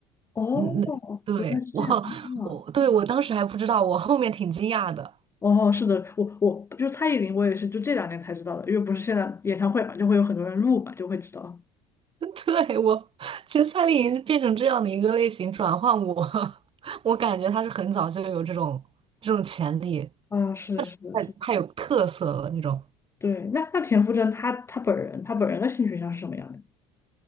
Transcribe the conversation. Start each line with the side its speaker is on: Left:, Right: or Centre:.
Left: 哦，
Right: 嗯嗯，<laughs> 对我
Left: 原来是这样啊！
Right: 我对我当时还不知道，我后面挺惊讶的。
Left: 哦，是的，我我就蔡依林，我也是就这两年才知道的，因为不是现在演唱会嘛，就会有很多人录嘛，就会知道。
Right: <laughs> 对我，其实蔡依林变成这样的一个类型转换我，<laughs> 我感觉她是很早就有这种这种潜力，
Left: 啊，是的，是的，
Right: 太太有特色了那种。
Left: 是的，对。那那田馥甄她她本人她本人的性取向是什么样的？